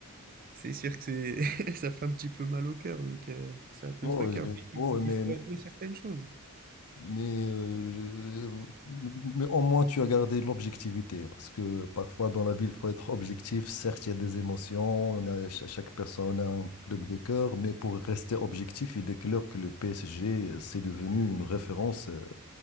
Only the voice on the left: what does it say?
Oh, euh, je-
oh,
mais,
mais,
mais, euh, je- mais au moins tu as gardé l'objectivité. Parce que parfois dans la ville, il faut être objectif. Certes, il y a des émotions, on a, cha- chaque personne a un club de cœur, mais pour rester objectif, il est clair que le PSG, euh, c'est devenu une référence euh,